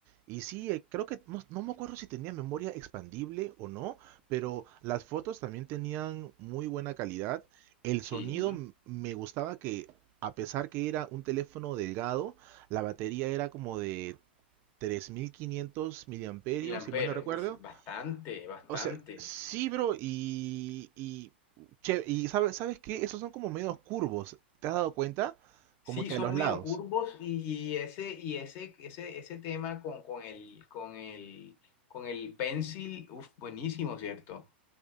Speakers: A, on the right; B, on the left.
A: y sí, eh, creo que no, no me acuerdo si tenía memoria expandible o no, pero las fotos también tenían muy buena calidad. El
B: Sí,
A: sonido m- me gustaba que, a pesar que era un teléfono delgado, la batería era como de 3500 miliamperios,
B: mil amperes,
A: si mal no recuerdo.
B: uf, bastante, bastante.
A: O sea, sí, bro, y, y, che- y sabes, ¿sabes qué? Esos son como medios curvos, ¿te has dado cuenta?
B: Sí,
A: Como que
B: son
A: a los lados.
B: medio curvos y y ese, y ese, ese, ese tema con, con el, con el, con el pencil, uf, buenísimo, ¿cierto?